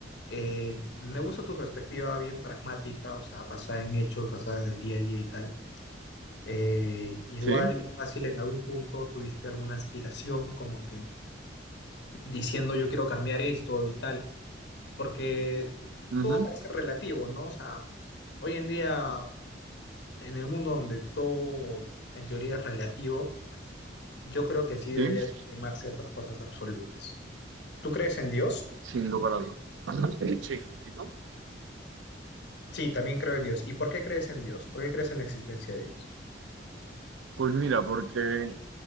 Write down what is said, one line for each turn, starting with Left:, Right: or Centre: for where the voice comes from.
Left: Eh, me gusta tu perspectiva bien pragmática, o sea, basada en hechos, basada en el día a día y tal eh, igual
Right: Sí,
Left: fácil en algún punto tuviste alguna aspiración como que diciendo yo quiero cambiar esto y tal, porque
Right: ujú,
Left: todo parece relativo, ¿no? O sea, hoy en día en el mundo donde todo en teoría es relativo, yo creo que sí deberían
Right: sí,
Left: de primar ciertas cosas absolutas. ¿Tú crees en Dios?
Right: sin lugar a dudas. Ajá, Sí. ¿Y tú?
Left: Sí, también creo en Dios. ¿Y por qué crees en Dios? ¿Por qué crees en la existencia de Dios?
Right: Pues mira, porque